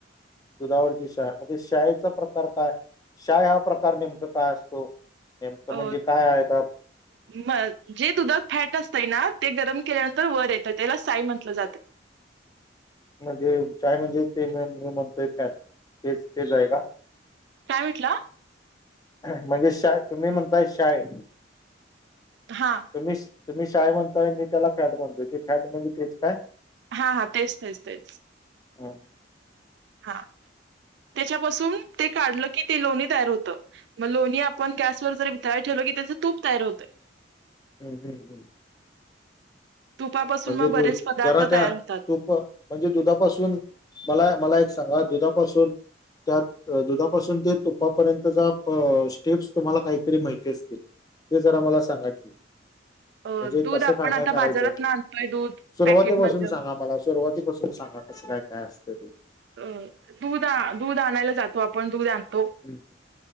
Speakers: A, on the left (about 20°); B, on the right (about 65°).
A: दुधावरची शाय म ते शायचा प्रकार काय शाय हा प्रकार नेमकं काय असतो नेमकं
B: अ
A: म्हणजे काय आहे अता
B: म जे दुधात फॅट असतय ना ते गरम केल्यानंतर वर येतं त्याला साई म्हटलं जातं
A: म्हणजे शाय म्हणजे ते म म्हणतोय फॅट तेच तेच आहे का
B: काय म्हटला
A: म्हणजे शाय तुम्ही म्हणताय शाय
B: हा
A: तुम्ही तुम्ही शाय म्हणताय मी त्याला फॅट म्हनतोय ते फॅट म्हणजे तेच काय
B: हा हा तेच तेच तेच
A: हा
B: हा त्याच्यापासून ते काढलं की ते लोणी तयार होत मग लोणी आपण गॅसवर जरी वितळाय ठेवलं की त्याचं तूप तयार होतंय
A: ह ह्ं हं
B: तुपापासून
A: म्हणजे
B: मग बरेच
A: दूध
B: पदार्थ
A: जरा त्या
B: तयार होतात.
A: तूप म्हणजे दुधापासून मला मला एक सांगा दुधापासून त्यात दुधापासून ते तुपापर्यंतचा प स्टेप्स तुम्हाला काहीतरी माहिती असतील. ते जरा मला सांगा की?
B: अ
A: म्हणजे
B: दूध
A: कसं
B: आपण
A: काय काय
B: आता
A: करायचं
B: बाजारातन आणतोय दूध
A: सुरुवातीपासून
B: पॅकेटमधलं.
A: सांगा मला सुरुवातीपासून सांगा कसं काय काय असतं ते
B: अ दूध दूध आणायला जातो आपण दूध आणतो.
A: हम्म.